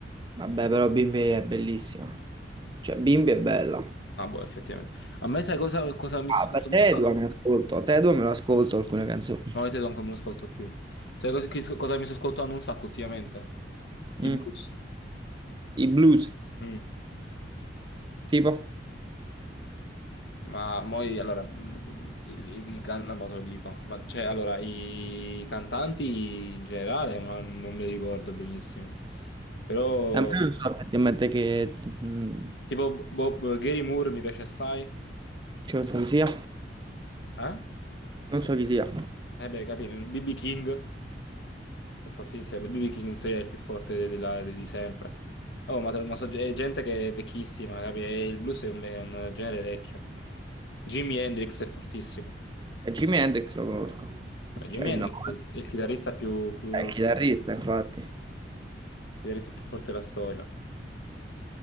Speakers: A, on the right; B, on the left.
A: Vabbè, però Bimbi è bellissima. Cioè, Bimbi è bella.
B: Ah, boh, effettivamente. A me sai cosa, cosa mi sto
A: Ah,
B: ascoltando
A: beh, Tedua
B: un sacco?
A: me l'ascolto. Tedua me lo ascolto alcune canzoni.
B: No, io te non me lo ascolto più. Sai cosa, chi- cosa mi sto ascoltando un sacco ultimamente?
A: Mm.
B: I blues.
A: I blues,
B: Mm.
A: tipo.
B: Ma moi, allora, mm, il- il- i, can- no, mo te lo dico. Ma cioè, allora, i cantanti in generale, ma non me li ricordo benissimo. Però,
A: Eh, ma io non so effettivamente che... mm,
B: tipo, Bob- Gary Moore mi piace assai.
A: che canzone sia.
B: Eh?
A: Non so chi sia.
B: Eh beh, capito, BB King è fortissimo, BB King in teoria è il più forte de- della- di, di sempre. Oh, ma, ma so- è gente che è vecchissima, capi? E il blues è un, è un genere vecchio. Jimi Hendrix è fortissimo.
A: E Jimi Hendrix lo conosco.
B: Vabbè, Jimi
A: Cioè il
B: Hendrix
A: nome.
B: è il, è il chitarrista più, più,
A: È il
B: il
A: chitarrista, infatti.
B: chitarrista più forte della storia.